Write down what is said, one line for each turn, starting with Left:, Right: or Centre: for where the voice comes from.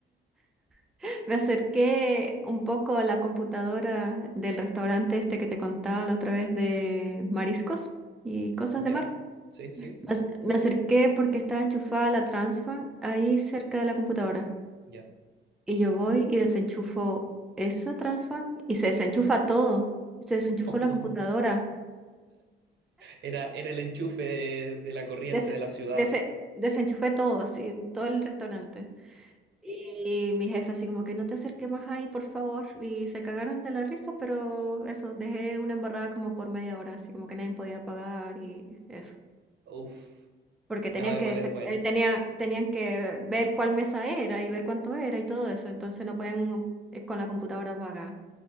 Centre: <laughs> me acerqué un poco a la computadora del restaurante este que te contaba la otra vez de mariscos y cosas
Right: ¿Ya?
Centre: de mar.
Right: Sí, sí,
Centre: Me ac- me acerqué porque estaba enchufada la Transfan ahí cerca de la computadora.
Right: ya.
Centre: Y yo voy y desenchufo esa transfer y se desenchufa todo. Se desenchufó
Right: <laughs>
Centre: la computadora.
Right: Era, era el enchufe de, de la corriente
Centre: Des-
Right: de la ciudad.
Centre: dese- desenchufé todo, así, todo el restaurante. Y mi jefe así como que no te acerques más ahí, por favor. Y se cagaron de la risa, pero eso, dejé una embarrada como por media hora, así como que nadie podía pagar y eso.
Right: Uf.
Centre: Porque tenían
Right: No, igual
Centre: que,
Right: es
Centre: sa-
Right: buena.
Centre: eh, tenían, tenían que ver cuál mesa era y ver cuánto era y todo eso. Entonces no podían eh, con la computadora pagar.